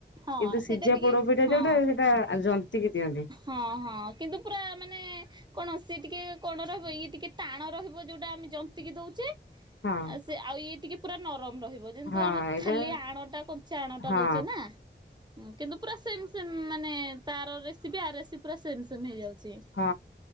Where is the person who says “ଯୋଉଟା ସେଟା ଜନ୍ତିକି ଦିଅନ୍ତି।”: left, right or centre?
Left